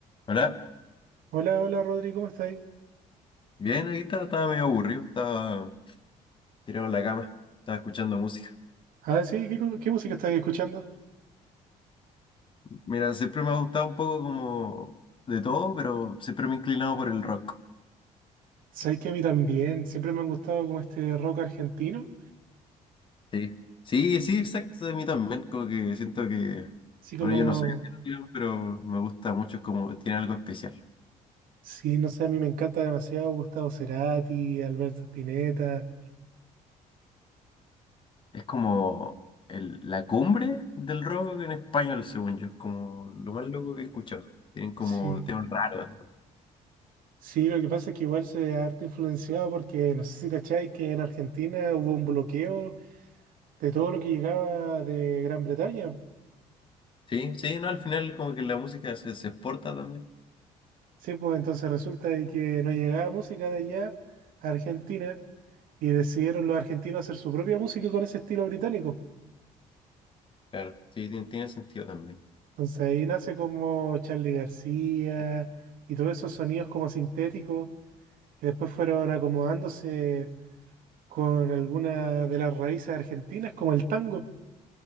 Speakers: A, on the left; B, on the right.
A: Hola,
B: Hola, hola Rodri, ¿cómo estáis?
A: bien, aquí estaba, estaba medio aburrido, estaba tirado en la cama, estaba escuchando música.
B: Ah, sí, ¿qué, cu- qué música estáis escuchando?
A: Mira, siempre me ha gustado un poco como de todo, pero siempre me he inclinado por el rock.
B: Sabéis que a mí también, siempre me han gustado como este rock argentino,
A: Sí, sí, sí, exacto, de mí también, como que siento que,
B: así como,
A: bueno, yo no soy argentino, pero me gusta mucho, es como, tiene algo especial.
B: sí, no sé, a mí me encanta demasiado Gustavo Cerati, Alberto Spinetta,
A: Es como el, la cumbre del rock en español, según yo, es como lo más loco que he escuchado. Tienen como
B: sí,
A: temas raros.
B: sí, lo que pasa es que igual se ha harto influenciado porque, no sé si cacháis que en Argentina hubo un bloqueo de todo lo que llegaba de Gran Bretaña,
A: Sí, sí, no, al final como que la música se, se exporta también.
B: sí, pues entonces resulta de que no llegaba música de allá a Argentina. y decidieron los argentinos hacer su propia música con ese estilo británico.
A: Claro, sí, tiene, tiene sentido también.
B: Entonces ahí nace como Charly García y todos esos sonidos como sintéticos que después fueron acomodándose con algunas de las raíces argentinas como el tango